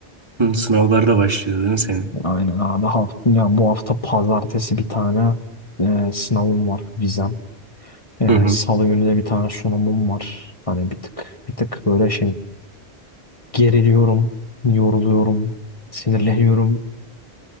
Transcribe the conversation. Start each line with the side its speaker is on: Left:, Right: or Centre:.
Right: Hı, sınavlar da başlıyor değil mi senin?
Left: Aynen abi. Hafta, ya bu hafta pazartesi bir tane e, sınavım var, vizem. E,
Right: Hı hı.
Left: salı günü de bir tane sunumum var. Hani bir tık bir tık böyle şey geriliyorum, yoruluyorum, sinirleniyorum.